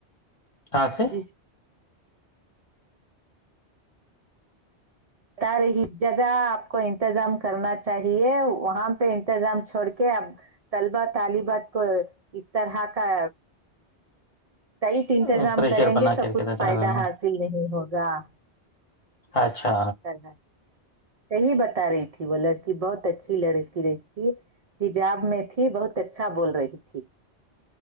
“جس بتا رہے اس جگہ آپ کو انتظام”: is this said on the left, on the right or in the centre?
Right